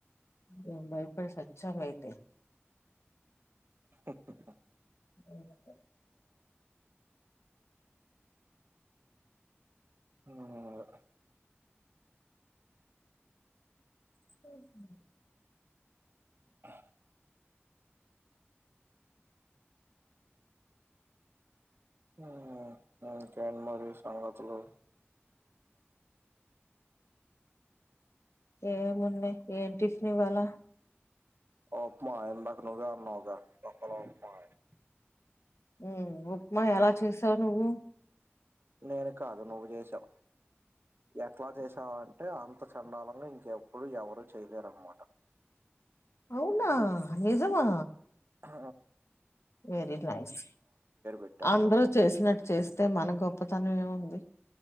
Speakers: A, on the left; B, on the right.
A: నేను బయపడి సచ్చా అయితే
B: ఓ
A: ఏంచేద్దాం
B: ఉమ్
A: ఓసినీ
B: ఆ ఉమ్ ఇంకేంటీ మరి సంగతులు
A: ఏమున్నయి ఏం టిఫన్ ఇవాల
B: ఉప్మా ఇందాక నువ్వే అన్నావుగా తొక్కలో ఉప్మా అని
A: ఉమ్మ్ ఉప్మా ఎలా చేసావు నువ్వు
B: నేను కాదు నువ్వు చేశావు ఎట్లా చేసావా అని అంటే అంతా చండాలంగా ఇంకెప్పుడు ఎవరు చేయలేరనమాట
A: అవునా నిజమా
B: ఆ
A: వెరీ నైస్
B: పెట్టారు
A: అందరూ
B: తొక్కల
A: చేసినట్టు చేస్తే మన గొప్పతనం ఏముంది